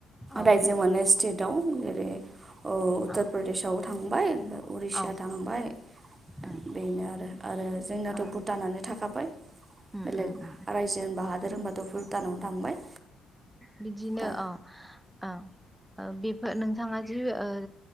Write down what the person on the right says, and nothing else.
रायजो मोननाय स्टेटआव जेरै उत्तर
प्रदेशआव थांबाय उरिसा
थांबाय
बेनो आरो आरो जोंनाथ'
भुटानानो थाखाबाय।
बेलेग
रायजो होनबा हादोर होनबाथ' भुटानावनो थांबाय।
दा